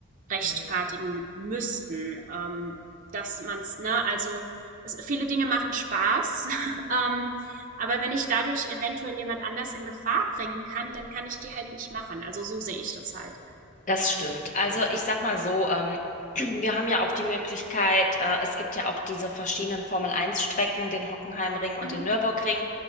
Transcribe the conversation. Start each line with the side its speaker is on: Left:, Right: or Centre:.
Right: rechtfertigen
Left: Hm.
Right: müssten, ähm, dass man's, ne, also es, viele Dinge machen Spaß, <laughs> ähm, aber wenn ich dadurch eventuell jemand anders in Gefahr bringen kann, dann kann ich die halt nicht machen. Also so sehe ich das halt.
Left: Das stimmt. Also ich sag mal so, ähm, <clears throat> wir haben ja auch die Möglichkeit, äh, es gibt ja auch diese verschiedenen formel Eins strecken den Hockenheimring und
Right: Mhm.
Left: den Nürburgring.